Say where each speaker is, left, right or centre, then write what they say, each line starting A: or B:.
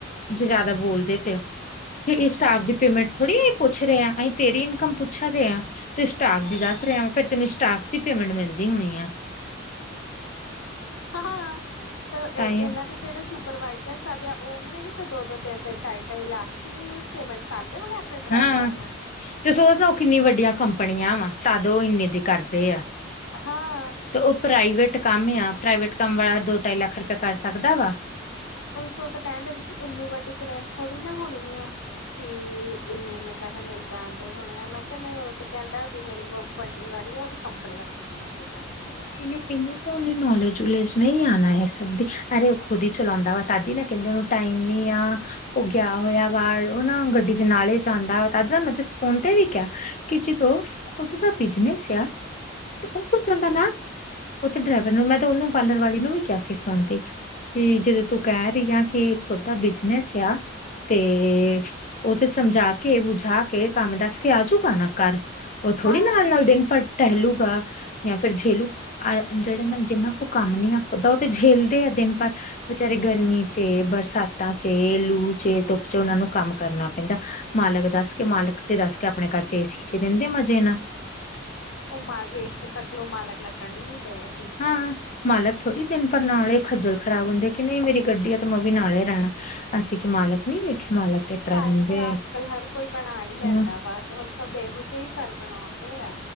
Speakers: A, on the left (about 40°); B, on the left (about 80°).
A: ਜੇ ਜਿਆਦਾ ਬੋਲਦੇ ਤੇ, ਇਹ ਸਟਾਫ ਦੀ ਪੇਮੈਂਟ ਥੋੜੀ ਆ ਇਹ ਪੁ ਪੁੱਛ ਰਹੇ ਆ ਅਸੀ ਤੇਰੀ ਇਨਕਮ ਪੁੱਛਾ ਦੇ ਆ। ਤੂੰ ਸਟਾਫ ਦੀ ਦੱਸ ਰਿਹਾ ਵਾ ਫੇਰ ਤੈਨੂੰ ਸਟਾਫ ਦੀ ਪੇਮੈਂਟ ਮਿਲਦੀ ਹੋਣੀ ਆ।
B: ਹਾਂ, ਇਹ
A: ਤਾਂਹੀਓ
B: ਇਹਨਾਂ ਦੇ ਜਿਹੜੇ ਸੁਪਰਵਾਈਜਰ ਸਾਬ ਆ ਉਹ ਹਣੇ ਵੀ ਤੇ ਦੋ-ਦੋ, ਤਿੰਨ-ਤਿੰਨ, ਟਾਈ-ਟਾਈ ਲਖੀ ਪੇਮੈਂਟ ਕਰਦੇ ਹੋਣੇ। ਡਰਾਈਵਰਾਂ
A: ਹੂੰ,
B: ਨੂੰ
A: ਤੇ ਸੋ-ਸੋ ਕਿੰਨੀ ਵੱਡੀਆਂ ਕੰਪਨੀਆਂ ਵਾ ਤਦ ਉਹ ਇੰਨੇ ਦੀ ਕਰਦੇ ਆ।
B: ਹਾਂ
A: ਤੇ ਉਹ ਪ੍ਰਾਈਵੇਟ ਕੰਮ ਆ ਪ੍ਰਾਈਵੇਟ ਕੰਮ ਵਾਲਾ ਦੋ ਢਾਈ ਲੱਖ ਰੁਪਇਆ ਕਰ ਸਕਦਾ ਵਾ।
B: ਤੂੰ ਤਾਂ ਕਹਿਣ ਡਈ ਸੀ ਕਿ ਇੰਨੀ ਵੱਡੀ ਕਰੇਨ ਥੋੜੀ ਨਾ ਹੋਣੀ ਆ। ਕਿ ਇੰਨੇ-ਇੰਨੇ ਪੈਸੇ ਮਿਲ ਜਾਣ ਡਏ ਹੋਣੇ ਆ ਮੈਂ ਕਿਹਾ ਨਹੀਂ ਉਹ ਤੇ ਕਹਿੰਦਾ ਮੇਰੀ <unintelligible> ਵੱਡੀ ਵਾਲੀ ਆ ਉਹਦੀ ਕੰਪਣੀਆਂ-ਕੁੰਪਣੀਆਂ 'ਚ ਜਾਂਦੀ ਆ।
A: ਇਹਨੂੰ ਤਾਂ ਉਹਨੇ ਨੌਲੇਜ-ਨੂੰਲੇਜ ਨਹੀਂ ਆ ਨਾ ਇਹ ਸਭ ਦੀ ਅਰੇ ਉਹ ਖੁਦ ਹੀ ਚਲਾਦਾ ਵਾ। ਦਾਦੀ ਨਾ ਕਹਿੰਦੇ ਉਹਨੂੰ ਟਾਈਮ ਨੀ ਆ। ਉਹ ਗਿਆ ਹੋਇਆ ਬਾਹਰ ਉਹ ਨਾ ਗੱਡੀ ਦੇ ਨਾਲੇ ਜਾਂਦਾ ਤਜ ਨਾ ਮੈਂ ਤੇ ਫੋਨ ਤੇ ਵੀ ਕਿਹਾ ਕਿ ਜਦੋਂ ਖੁਦ ਦਾ ਬਿਜਨਸ ਆ, ਤੇ ਉਹ ਕਿਉਂ ਚੱਲਦਾ ਨਾਲ। ਉਹ ਤੇ ਡਰਾਈਵਰ ਨੂੰ ਮੈਂ ਤੇ ਉਹਨੂੰ ਪਾਰਲਰ ਵਾਲੀ ਨੂੰ ਵੀ ਕਿਹਾ ਸੀ ਫੋਨ ਤੇ। ਕਿ ਜਦੋਂ ਤੂੰ ਕਹਿ ਰਹੀ ਆ ਕਿ ਖੁਦ ਦਾ ਬਿਜਨਸ ਆ- ਤੇ, ਉਹ ਤੇੇ ਸਮਝਾ ਕੇ ਬੁਝਾ ਕੇ ਕੰਮ ਦੱਸ ਕੇ ਆਜੂਗਾ ਨਾ ਘਰ। ਉਹ ਥੋੜ੍ਹੀ
B: ਹਾਂ
A: ਨਾਲ-ਨਾਲ ਦਿਨ ਭਰ ਟਹਿਲੂਗਾ। ਜਾਂ ਫੇਰ ਝੇਲੂ ਅ ਜਿਹੜੇ ਜਿੰਨਾ ਕੋ ਕੰਮ ਨੀ ਆ ਖੁਦਾ ਉਹ ਝੇਲਦੇ ਆ ਦਿਨ ਪਰ। ਬਚਾਰੇ ਗਰਮੀ 'ਚ, ਬਰਸਾਤਾਂ 'ਚ, ਲੂ 'ਚ, ਧੁੱਪ 'ਚ ਉਹਨਾਂ ਨੂੰ ਕੰਮ ਕਰਨਾ ਪੈਂਦਾ। ਮਾਲਕ ਦੱਸ ਕੇ ਮਾਲਕ ਤੇ ਦੱਸ ਕੇ ਆਪਣੇ ਘਰ 'ਚ ਏਸੀ ਚ ਰਹਿੰਦੇ ਮਜ਼ੇ ਨਾ।
B: ਉਹ ਮਾਲਕ ਵੇਖ ਕੇ ਸਕਲੋ ਮਾਲਕ ਲੱਗਣੀ ਹੀ ਨੀ ਡਏ ਗੇ।
A: ਹਾਂ-ਹਾਂ ਮਾਲਕ ਥੋੜ੍ਹੀ ਦਿਨ ਪਰ ਨਾਲੇ ਖੱਜਲ ਖਰਾਬ ਹੁੰਦੇ ਆ ਕਿ ਨਹੀਂ ਮੇਰੀ ਗੱਡੀ ਆ ਤਾਂ ਮੈਂ ਉਹ ਵੀ ਨਾਲੇ ਰਹਿਣਾ। ਅਸੀਂ ਕਿ ਮਾਲਕ ਨਹੀਂ ਵੇਖੇ ਮਾਲਕ। ਕਿਸ ਤਰ੍ਹਾਂ
B: ਘਰ
A: ਰਹਿੰਦੇ
B: ਤੇ ਅੱਜਕੱਲ
A: ਆ
B: ਹਰ ਕੋਈ ਬਣਾ ਹੀ ਲੈਂਦਾ
A: ਹਮ
B: ਵਾ ਹੋਰ ਸਭ ਇਹੋ ਜਿਹੇ ਹੀ ਘਰ ਬਣਾਉਣ ਡਏ ਆ।